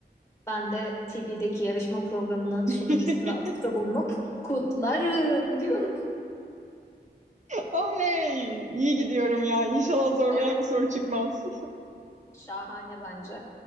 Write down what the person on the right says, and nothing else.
<laughs>
Oley! İyi gidiyorum ya. İnşallah zorlayan
bir soru çıkmaz.